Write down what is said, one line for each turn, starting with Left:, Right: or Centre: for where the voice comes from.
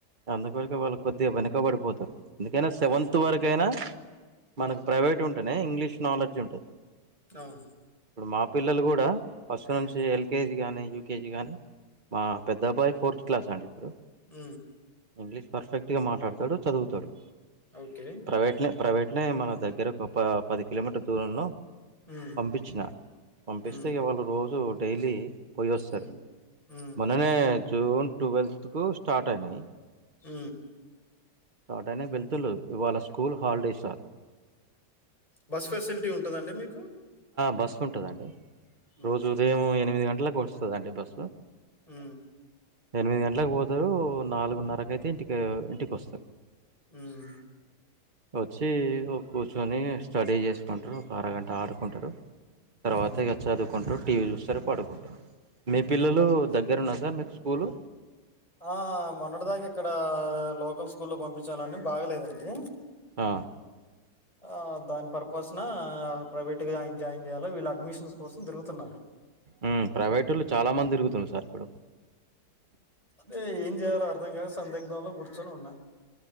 Right: అందుకోరకే వాళ్ళు కొద్దిగా వెనకబడిపోతారు ఎందుకైనా సెవెంత్
Left: హ్మ్
Right: వర కైనా మనకు ప్రైవేట్ ఉంటేనే ఇంగ్లీష్ నాలెడ్జ్ ఉంటది
Left: అవును
Right: ఇప్పుడు మా పిల్లలు కూడా ఫస్ట్
Left: హ్మ్
Right: నుంచి ఎల్ కేజి గాని యూకేజి గాని మా పెద్ద అబ్బాయి ఫోర్త్ క్లాస్ అండి ఇప్పుడు
Left: ఉ
Right: ఇంగ్లీష్ పర్ఫెక్ట్ గా మాట్లాడతాడు చదువుతాడు
Left: ఓకే
Right: ప్రైవేట్నే ప్రైవేట్నే మన దగ్గర ఒక ప పది కిలోమీటర్ దూరంలో
Left: హ్మ్.
Right: పంపించిన పంపిస్తే
Left: హ్మ్.
Right: ఇగా వాళ్ళు రోజు డైలీ పోయి వస్తారు
Left: హ్మ్. హ్మ్.
Right: మొన్ననే జూన్ ట్వెల్త్కు స్టార్ట్ అయినాయి
Left: హ
Right: స్టార్ట్ అయినాయి వెళ్తులు ఇవాళ school holiday sir
Left: bus facility ఉంటదండి మీకు
Right: బస్సు ఉంటదండి
Left: హ్మ్.
Right: రోజు ఉదయం ఎనిమిది గంటలకు వస్తదండి బస్సు
Left: ఉ
Right: ఎనిమిది గంటలలకు పోతారు నాలుగున్నరకు అయితే ఇంటికి ఇంటికి వస్తారు
Left: ఉమ్
Right: వచ్చి ఇగ కూర్చోని ఇగ స్టడీ చేసుకుంటారు ఒక అరగంట ఆడు కుంటారు తర్వాత
Left: హ్మ్.
Right: ఇగ చదువుకుంటారు టీవీ చూస్తారు పడుకుంటారు మీ పిల్లలు
Left: అదే.
Right: దగ్గ దగ్గర ఉన్న ద మీకు స్కూలు
Left: ఆ మొన్నటి దాకా ఇక్కడ లోకల్ స్కూల్లో పంపించానండి బాగలేదండి
Right: ఆ
Left: ఆ దాని పర్పస్ న ఆ ప్రైవేట్ గా జాయిన్ జెయల వీళ్ళు అడ్మిషన్స్ కోసం తిరుగుతున్నారు
Right: ఉమ్ ప్రైవేటోళ్ళు చాలా మంది తిరుగుతుండ్రు సార్ ఇప్పుడు
Left: అదే ఏం చేయాలో అర్థం కాక సందిగ్ధంలో కూర్చొని ఉన్నా